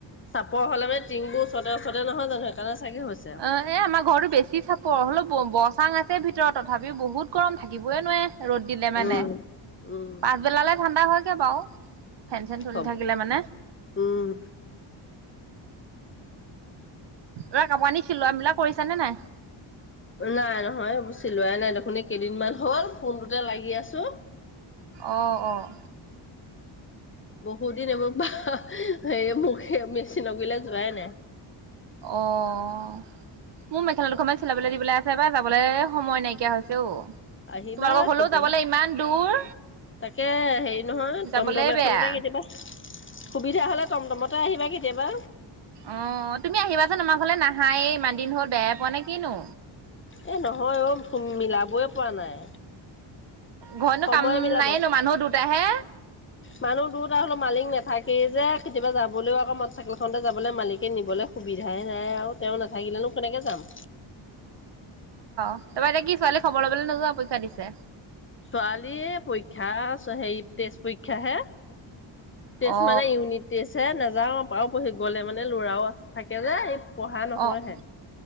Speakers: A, on the left (about 25°); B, on the right (about 55°).
A: চাপৰ হ'লে মানে টিংবোৰ ওচৰতে ওচৰতে নহয় জানো সেইকাৰণে চাগে হৈছে আৰু।
B: অ এ আমাৰ ঘৰতো বেছি চাপৰ হলেও বচাং আছে ভিতৰত তথাপিও বহুত গৰম থাকিবই নোৱাৰে ৰ'দ দিলে
A: উম,
B: মানে
A: উম,
B: পাছবেলালে ঠাণ্ডা হয় <unintelligible> ফেন চেন চুলি
A: হ'ব
B: থাকিলে মানে
A: উম।
B: ৰ কাপোৰ আনি খিলোৱা বিলাক কৰিছ নে নাই
A: নাই নহয় বুচি লোৱাই নাই দেখোন কেইদিনমান হল ফোনটোতে লাগি আছো
B: অ' অ'
A: বহুত দ মে মেচিন গ নাই নাই
B: অ'। মোৰ মেখেলা দুখনমান চিলাবলৈ দিবলৈ আছে এবাৰ যাবলৈয়ে সময় নাইকিয়া হৈছে অ'।
A: আহিবা
B: তোমালোকৰ ঘৰলৈও
A: কেতিয়াবা।
B: যাবলৈ ইমান দূৰ
A: তাকে হেৰি নহয়
B: যাবলে
A: টমটম এখনতে
B: বেয়া
A: কেতিয়াবা সুবিধা হ'লে টমটমত তে আহিবা কেতিয়াবা।
B: অ', তুমি আহিবাচোন আমাৰ ঘৰলৈ নাহায়ে ইমান দিন হ'ল বেয়াই পোৱা নে কি নো?
A: এ নহয় অ' মিলাবই পৰা নাই।
B: ঘৰতনো
A: সময়ে
B: কাম
A: মিলাব।
B: নাইয়ে নঃ মানুহ দু চেহে
A: মানুহ দুটা হ'লেও মালিক নাথাকেই যে কেতিয়াবা যাবলৈও আকৌ মটৰ চাইকেলখনতে যাবলৈ মালিকে নিবলৈ সুবিধাই নাই আৰু তেওঁ নাথাকিলেনো কেনেকে যাম।
B: তাৰ পৰা এতিয়া কি ছোৱালী খবৰ ল'বলৈ নোযোৱা পৰীক্ষা দিছে।
A: ছোৱালীয়ে পৰী ক্ষা আৰু হেৰি টেষ্ট পৰীক্ষা হে । টেষ্ট
B: অ
A: মানে ইউনিট টেষ্ট হে, নাযাও। বাৰু পঢ়ি গ'লে মানে ল'ৰাও থাকে যে পঢ়া নহয়হে।
B: অ',